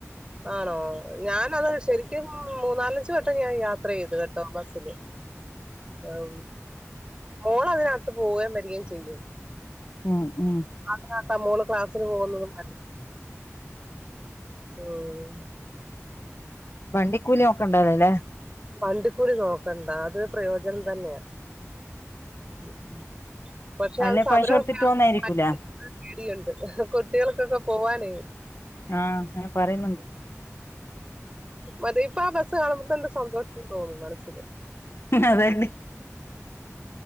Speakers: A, on the right; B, on the left.
A: ആണോ ഞാനത് ശരിക്കും മൂന്നാലഞ്ച് വട്ടം ഞാൻ യാത്ര ചെയ്തു കേട്ടോ ബസ്സില് ആഹ് മോള് അതിനകത്ത് പോവയും വരികയും ചെയ്യും
B: ഉം ഉം
A: അതിനകത്താ മോള് ക്ലാസിന് പോകുന്നതും വരു ഉം
B: വണ്ടിക്കൂലിനോക്കണ്ടാല്ലല്ലോ അല്ലെ
A: വണ്ടിക്കൂലി നോക്കണ്ട അത് പ്രയോജനം തന്നെയാ ഉം പക്ഷെ
B: അല്ലേ
A: അത് സമരവൊക്കെ
B: പൈസ കൊടുത്തിട്ട്
A: ആകുമ്പോ
B: പോന്നായിരിക്കൂലേ
A: <unintelligible> പേടിയുണ്ട് കുട്ടികൾക്കൊക്കെ പോവാനേ
B: ആഹ് അങ്ങനെ പറയുന്നുണ്ട്
A: മറ്റേ ഇപ്പൊ ആഹ് ബസ്സ് കാണുമ്പോ തന്നെ സന്തോഷം തോന്നും മനസില്
B: അതെന്നേ